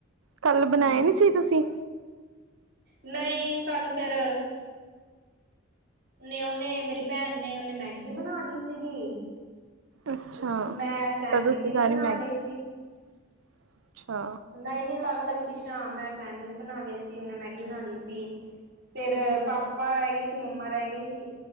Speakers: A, on the right; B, on the right.
A: ਕੱਲ
B: ਹਮ
A: ਬਨਾਇਆ ਨੀ ਸੀ ਤੁਸੀਂ।
B: ਨਹੀਂ ਕੱਲ ਫੇਰ ਨੇ ਉਹਨੇ ਮੇਰੀ ਭੈਣ ਨੇ ਉਹਨੇ ਮੈਗੀ ਬਣਾ ਲਈ ਸੀਗੀ।
A: ਅੱਛਾ,
B: ਮੈਂ ਸੈਂਡਵਿਚਿਸ
A: ਤਾਂ ਤੁਸੀਂ ਸੈਰੀ,
B: ਬਣਾ ਲਈ
A: ਅੱਛਾ।
B: ਨਹੀਂ-ਨਹੀਂ, ਅਲੱਗ-ਅਲੱਗ ਡਿਸ਼ਾਂ ਮੈਂ ਸੈਂਡਵਿਚ ਬਣਾ ਲਏ ਸੀ, ਉਹਨੇ ਮੈਗੀ ਬਣਾ ਲਈ ਸੀ। ਫੇਰ ਪਾਪਾ ਰਹਿ ਗਏ ਸੀ ਮੰਮਾ ਰਹਿ ਗਏ ਸੀ।